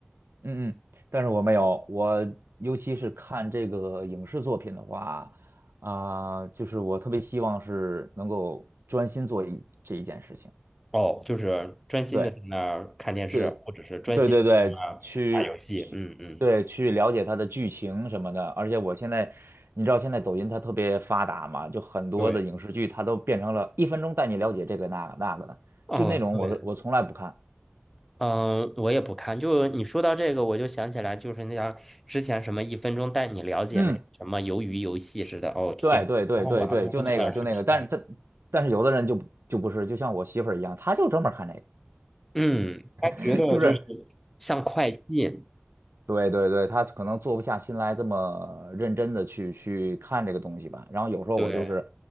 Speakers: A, on the right (about 80°); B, in the centre.
A: 嗯嗯，但是我没有，我尤其是看这个影视作品的话，啊、就是我特别希望是能够专心做一这一件事情，
B: 哦，就是专心的在那儿看电视，
A: 对对
B: 或者是专心地在那儿打游戏，
A: 对对对，去去对去了解它的剧情什么的，
B: 嗯嗯，
A: 而且我现在你知道现在抖音它特别发达嘛，就很多的影视剧它都变成了一分钟带你了解这个那个那个的，
B: 对，哦，
A: 就那种我是我从来不看，
B: 对。嗯，我也不看。就你说到这个，我就想起来，就是那样之前什么一分钟带你了解那个什么鱿鱼游戏似的。
A: 嗯。
B: 哦天，
A: 对对对对对，
B: 然后我还不如坐那儿去看呢。
A: 就那个就那个，但是但但是有的人就不就不是，就像我媳妇儿一样，她就专门看那个，
B: 嗯，他觉得就是
A: <laughs> 就是
B: 像快进，
A: 对对对，他可能坐不下心来这么认真的去去看这个东西吧。然后有时候我就是
B: 对，